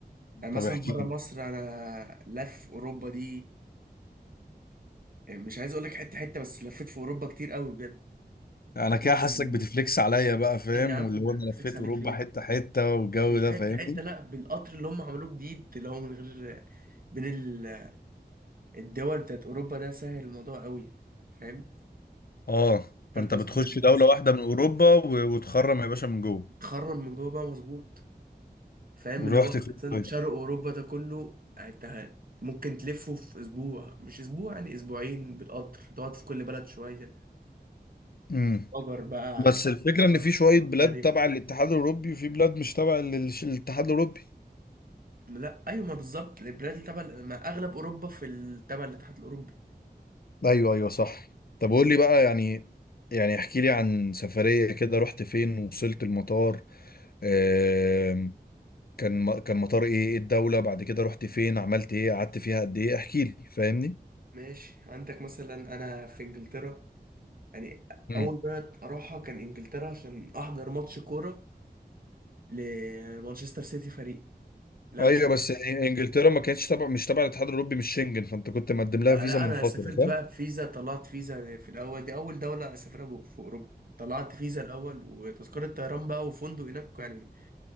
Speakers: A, on the right; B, on the left.
A: يعني
B: طب
A: مثلا
B: احكي
A: بره
B: لي
A: مصر انا لف اوروبا دي مش عايز اقول لك حته حته بس لفيت في اوروبا كتير قوي بجد
B: انا
A: وكمان
B: كده
A: بال...
B: حاسك بتفليكس عليا بقى فاهم
A: لا يا عم
B: واللي هو انا
A: فليكس
B: لفيت
A: عليك
B: اوروبا
A: ليه
B: حته حته والجو
A: مش
B: ده
A: حته
B: فاهمني
A: حته لا بالقطر اللي هم عملوه جديد اللي هو من غير بين ال- الدول بتاعت اوروبا ده سهل الموضوع قوي فاهم
B: اه فانت
A: غير تذكره
B: بتخش دوله
A: بقى صح
B: واحده من اوروبا و- وتخرم يا باشا من جوه
A: تخرم من جوه بقى مظبوط فاهم
B: ورحت
A: اللي هو
B: فين
A: مثلا
B: طيب
A: شرق اوروبا ده كله انت ممكن تلفه في اسبوع مش اسبوع يعني اسبوعين بالقطر تقعد في كل بلد شويه
B: امم
A: أجر بقى على
B: بس الفكرة إن
A: آه،
B: في شوية
A: بلغاريا
B: بلاد تبع الاتحاد الأوروبي وفي بلاد مش تبع للش- الاتحاد الأوروبي
A: لا ايوه ما بالظبط البلاد اللي تبع ما اغلب اوروبا في ال- تبع الاتحاد الاوروبي
B: ايوه ايوه صح طب قول لي بقى يعني يعني احكي لي عن سفرية كده رحت فين وصلت المطار آم، كان كان مطار ايه ايه الدولة بعد كده رحت فين عملت ايه قعدت فيها قد ايه احكي لي فاهمني
A: ماشي عندك مثلا انا في انجلترا يعني
B: مم.
A: اول بلد اروحها كان انجلترا عشان احضر ماتش كوره لمانشستر سيتي فريق لا
B: ايوه
A: مش
B: بس إن- انجلترا ما كانتش تبع مش تبع الاتحاد الاوروبي مش شنجن فانت كنت مقدم
A: بقى
B: لها فيزا
A: لا
B: منفصلة
A: انا سافرت
B: صح
A: بقى بفيزا طلعت فيزا في الاول دي اول دوله اسافرها ب- في اوروبا طلعت فيزا الاول وتذكره طيران بقى وفندق هناك يعني